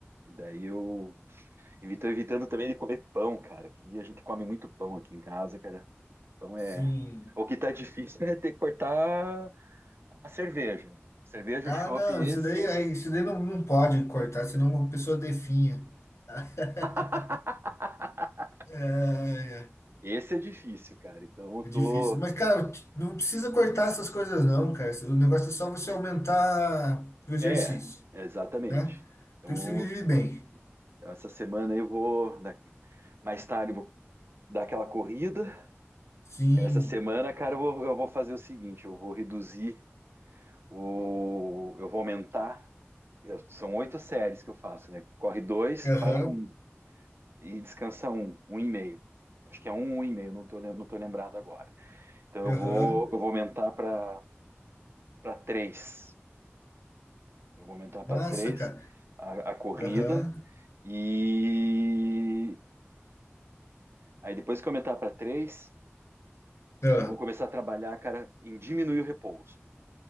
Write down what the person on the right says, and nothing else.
Daí eu estou evitando também de comer pão, cara. Que a gente come muito pão aqui em casa, cara. Pão
é. O que tá difícil é ter que cortar a cerveja. Cerveja,
chopp,
esse.
<laughs>
Esse é difícil, cara. Então eu
tô.
É, exatamente.
Então,
então essa semana eu vou. da- Mais tarde eu vou dar aquela corrida.
Essa semana, cara, eu vou, eu vou fazer o seguinte: eu vou reduzir o. Eu vou aumentar. eu- São oito séries que eu faço, né? Corre dois
para um e descansa um, um e meio. Acho que é um, um e meio, não tô, lem- não tô lembrado agora. Então eu
vou, eu vou aumentar para para três. Eu vou aumentar para
três
a, a corrida
e aí depois que eu aumentar para três,
eu vou começar a trabalhar, cara, em diminuir o repouso.